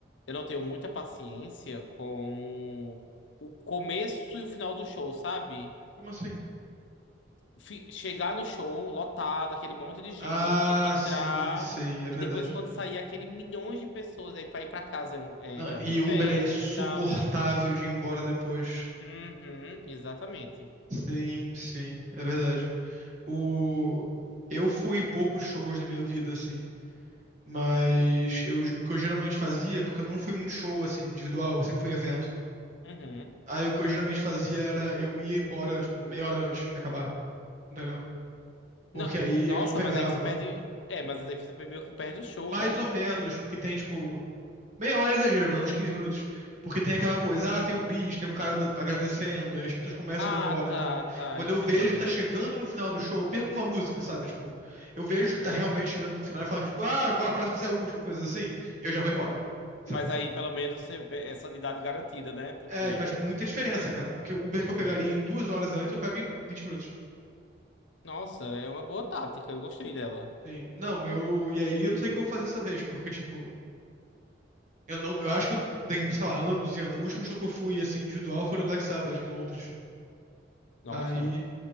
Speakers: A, on the left; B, on the right.
A: eu não tenho muita paciência com o começo e o final do show, sabe?
B: Como assim?
A: fi- chegar no show lotado, aquele monte de gente,
B: Ah,
A: ter que entrar.
B: sim, sim, é verdade.
A: E depois, quando sair aquele milhões de pessoas aí pra ir pra casa, é um, é,
B: Ah,
A: é um
B: e
A: inferno
B: Uber é insuportável
A: e tal.
B: de ir embora depois.
A: Uhum, exatamente.
B: Sim, sim, é verdade. O... Eu fui em poucos shows na minha vida, assim. Mas eu, o que eu geralmente fazia, porque eu não fui muito show, assim, individual, eu sempre fui em evento.
A: Uhum.
B: Aí o que eu geralmente fazia era eu ia embora, tipo, meia hora antes de acabar, entendeu? Porque
A: No-
B: aí
A: nossa,
B: eu não pegava.
A: mas aí você perde. É, mas aí você meio que perde o show,
B: Mais
A: né? né?
B: ou menos, porque tem, tipo, meia hora é exagero, mas uns 15 minutos. Porque tem aquela coisa, ah, tem o bis, tem o cara da- agradecendo, aí as pessoas começam
A: Ah,
B: a ir embora,
A: tá,
B: entendeu?
A: tá,
B: Quando
A: entendo.
B: eu vejo que tá chegando no final do show, eu perco uma música, sabe? Tipo, eu vejo que tá realmente chegando no final e falo, tipo, ah, agora
A: Uhum.
B: a próxima vai ser a última, coisa assim, eu já vou
A: Hum,
B: embora, sabe?
A: Mas aí pelo menos você- é sanidade garantida, né? Porque.
B: É, e faz muita diferença, cara. Porque o Uber
A: Uhum.
B: que eu pegaria em duas horas antes, eu pego em 20 minutos.
A: Nossa, é uma boa tática, eu gostei dela.
B: Sim. Não, eu. E aí eu não sei o que eu vou fazer essa vez, porque, tipo, eu não. Eu acho que eu dei, sei lá, anos e anos. O último show que eu fui, assim, individual foi no Black Sabbath, em Londres.
A: Nossa.
B: Aí.